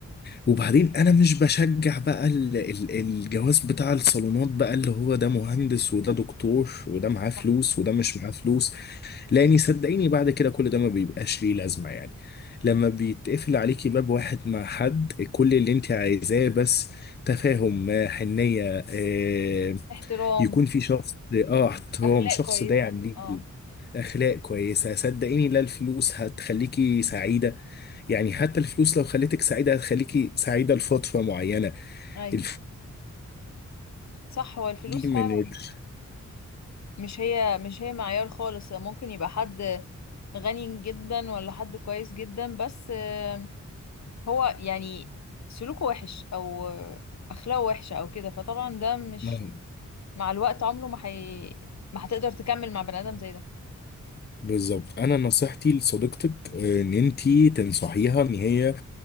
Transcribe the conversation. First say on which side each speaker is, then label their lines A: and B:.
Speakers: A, on the left; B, on the left.
A: وبعدين انا مش بشجع بقى ال- ال- الجواز بتاع الصالونات بقى اللي هو ده مهندس وده دكتور وده معاه فلوس
B: صح
A: وده مش معاه فلوس لاني صدقيني بعد كده كل ده ما بيبقاش ليه لازمة يعني لما بيتقفل عليكي باب واحد مع حد كل اللي انت عايزاه بس تفاهم آه، حنية آه،
B: احترام
A: يكون في شخص اه احترام
B: اخلاق
A: شخص
B: كويسه
A: داعم ليكي
B: اه
A: اخلاق كويسه صدقيني لا الفلوس هتخليكي سعيده يعني حتى الفلوس لو خلتك سعيده هتخليكي سعيده لفتره معينه
B: ايوه
A: الفلوس
B: صح هو الفلوس
A: دي
B: فعلا
A: من ال-
B: مش هي مش هي معيار خالص ممكن يبقى حد غني جدا ولا حد كويس جدا بس آه، هو يعني سلوكه وحش او آه، اخلاقه وحشه او كده فطبعا ده مش
A: آه،
B: مع الوقت عمره ما هي ما هتقدر تكمل مع بني ادم زي ده
A: بالظبط انا نصيحتي لصديقتك آه، ان انتي تنصحيها ان هي